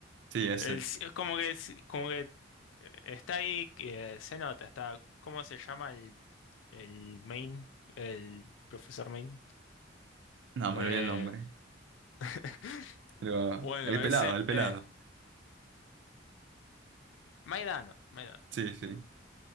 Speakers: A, on the right; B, on the left.
A: sí, ese.
B: El- si, es como que, es- como que eh, está ahí, que se nota, está... ¿Cómo se llama el, el main? El profesor main.
A: No,
B: Eh,
A: me olvidé el nombre.
B: <laughs>
A: Pero
B: bueno,
A: el pelado,
B: ese...
A: el pelado.
B: Eh, Maidano, Maidano.
A: Sí, sí.